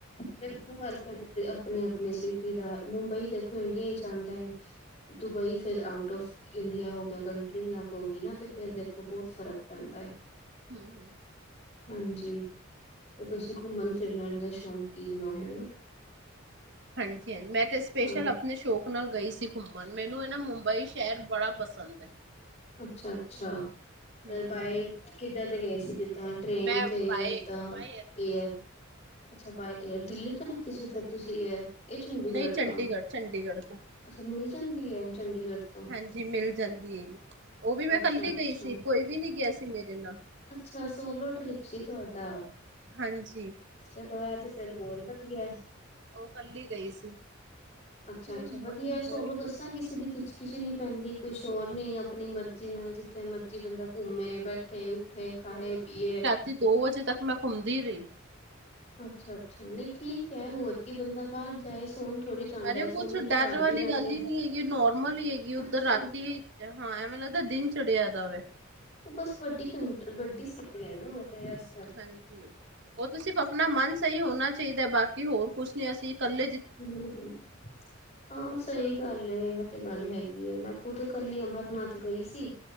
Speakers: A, on the left; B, on the right.
A: ਦੇਖੋ ਹਰ ਕੰਟਰੀ ਅਪਨੀ ਅਪਨੀ ਸਿਟੀ ਦਾ ਮੁੰਬਈ ਦੇਖੋ ਇੰਡੀਆ ਚ ਆੰਦਾ ਏ। ਦੁਬਈ ਫੇਰ ਆਊਟ ਔਫ ਇੰਡੀਆ ਹੋ ਗਿਆ ਕੰਟਰੀ ਲੱਗ ਹੋ ਗੀ ਨਾ ਤੇ ਫੇਰ ਦੇਖੋ ਬੌਤ ਫ਼ਰਕ ਪੈਂਦਾ ਏ।
B: ਹੂੰ, ਹੂੰ।
A: ਹਾਂਜੀ ਤੇ ਤੁਸੀਂ ਘੁੰਮਣ ਫਿਰਨ ਦਾ ਸ਼ੌਂਕੀਨੋ ਹੈਨਾ?
B: ਹਾਂਜੀ ਹਂ ਮੈਂ ਤੇ ਸਪੇਸ਼ਲ
A: ਹਾਂ
B: ਅਪਣੇ ਸ਼ੌਕ ਨਾਲ ਗਈ ਸੀ ਘੁੰਮਣ, ਮੈਨੂੰ ਏ ਨਾ ਮੁੰਬਈ ਸ਼ੈਰ ਬੜਾ ਪਸੰਦ ਐ।
A: ਅੱਛਾ-ਅੱਛਾ,
B: ਹੂੰ।
A: ਅ ਬਾਏ ਏਅਰ ਕਿੱਧਾ ਤੇ ਗਏ ਸੀ ਤਾਂ ਟ੍ਰੇਨ
B: ਮੈਂ
A: ਤੇ ਯਾਂ
B: ਬਾਏ
A: ਜਿੱਦਾ
B: ਬਾਏ ਗਈ
A: ਏਅਰ।
B: ਸੀ।
A: ਅੱਛਾ ਬਾਏ ਏਅਰ। ਦਿੱਲੀ ਤੋਂ ਲਿੱਤੀ ਸੀ ਫੇਰ ਤੁਸੀਂ ਏਅਰ? ਏ ਚੰਡੀਗੜ੍ਹ
B: ਨਹੀਂ ਚੰਡੀਗੜ੍ਹ,
A: ਤੋਂ।
B: ਚੰਡੀਗੜ੍ਹ ਤੋਂ
A: ਅੱਛਾ, ਮਿਲ ਜਾਂਦੀ ਐ ਚੰਡੀਗੜ੍ਹ ਤੋਂ?
B: ਹਾਂਜੀ ਮਿਲ ਜਾਂਦੀ ਹੇਗੀ, ਓਹ ਵੀ ਮੈਂ
A: ਅੱਛਾ
B: ਕੱਲੀ
A: ਅੱਛਾ
B: ਗਈ ਸੀ ਕੋਈ ਵੀ ਨੀ ਗਿਆ ਸੀ ਮੇਰੇ ਨਾਲ।
A: ਅੱਛਾ, ਸੋਲੋ ਟ੍ਰਿਪ ਸੀ ਤੁਆਡਾ।
B: ਹਾਂਜੀ।
A: ਚਲੋ ਐਹ ਤੇ ਫੇਰ ਹੋਰ ਵਧੀਐ।
B: ਓ ਕੱਲੀ ਗਈ ਸੀ।
A: ਅੱਛਾ
B: ਫੁਲ
A: ਅੱਛਾ, ਵਧੀਐ
B: ਇੰਜੋਏ
A: ਸੋਰੋਂ
B: ਕੀਤਾ।
A: ਦੱਸਾਂ ਕਿਸੇ ਦੀ ਖਿਛ-ਖਿਛ ਨੀ ਪੈਂਦੀ, ਕੋਈ ਸੋ਼ਰ ਨੀ ਅਪਣੀ ਮਰਜ਼ੀ ਨਾਲ ਜਿੱਥੇ ਮਰਜ਼ੀ ਬੰਦਾ ਘੁੰਮੇ ਬੈਠ ਤੇ ਉੱਠੇ, ਖਾਏ-ਪੀਏ।
B: ਤੀ ਦੋ ਵਜੇ ਤੱਕ ਮੈਂ ਘੁੰਮਦੀ ਰਈ।
A: ਅੱਛਾ-ਅੱਛਾ, ਨਹੀਂ ਠੀਕ ਐ
B: ਹੂੰ
A: ਹੋਰ ਕੀ ਬੰਦਾ ਬਾਰ ਜਾਏ ਸੋਣ ਥੋੜ੍ਹੀ ਜਾਂਦਾ
B: ਅਰੇ ਔ ਕੁਛ
A: ਸੋਣਦੇ ਤੇ
B: ਡਰ
A: ਘਰ
B: ਵਾਲੀ
A: ਵੀ ਰਹਿੰਦੇ
B: ਗੱਲ
A: ਆ
B: ਈ ਨੀ ਹੈਗੀ, ਨੋਰਮਲ ਈ ਹੈਗੀ ਏ। ਉੱਧਰ
A: ਅੱਛਾ
B: ਰਾਤੀ ਹਾਂ, ਐਵੇਂ ਲਗਦੈ ਦਿਨ ਚੜੀਆ ਦਾਵੇ।
A: ਉਹ ਬਸ ਵੱਡੀ ਕੰਟ੍ਰ ਵੱਡੀ ਸਿਟੀ ਐ ਨਾ ਫੇਰ ਐਸ
B: ਹਾਂਜੀ, ਓ ਤੋ ਸਿਫ਼ ਅਪਣਾ ਮਨ ਸਹੀ ਹੋਣਾ ਚਾਈਦੈ ਬਾਕੀ ਹੋਰ ਕੁਛ ਨੀ ਅਸੀਂ ਕੱਲੇ
A: ਹੂੰ, ਹੂੰ। ਹਾਂ, ਸਹੀ ਗੱਲ ਏ ਐ ਤੇ ਗੱਲ ਹੈਗੀ ਐਂ। ਮੈਂ ਖੁਦ ਕੱਲੀ ਅਮਰਨਾਥ ਗਈ ਸੀ।